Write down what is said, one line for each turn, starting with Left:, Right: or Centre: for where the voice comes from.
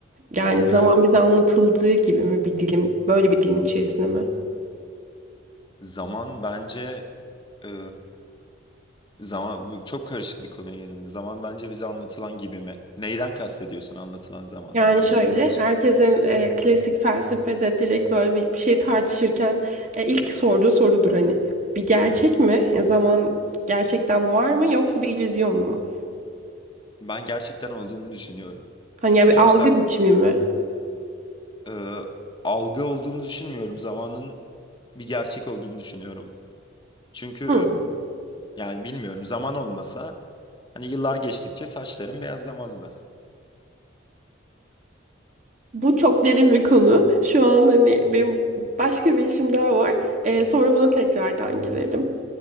Right: Yani zaman
Left: Ee,
Right: bize anlatıldığı gibi mi bir dilim, böyle bir dilim içerisinde mi?
Left: zaman bence e, zaman bu çok karışık bir konuya girdin. Zaman bence bize anlatılan gibi mi? Neyden kastediyorsun anlatılan zamandan?
Right: Yani
Left: Öncelikle
Right: şöyle,
Left: onu sor-
Right: herkesin e, klasik felsefede direkt böyle bir, bir şey tartışırken e, ilk sorduğu sorudur hani bir gerçek mi? Ya zaman gerçekten var mı yoksa bir illüzyon mu?
Left: Ben gerçekten olduğunu düşünüyorum.
Right: Hani ya bir
Left: Çünkü
Right: algı
Left: sa-
Right: biçimi mi?
Left: e, algı olduğunu düşünmüyorum. Zamanın bir gerçek olduğunu düşünüyorum. Çünkü
Right: Hı.
Left: e, yani bilmiyorum zaman olmasa hani yıllar geçtikçe saçlarım beyazlamazdı.
Right: Bu çok derin bir konu. Şu an hani benim başka bir işim daha var. E, sonra buna tekrardan girelim.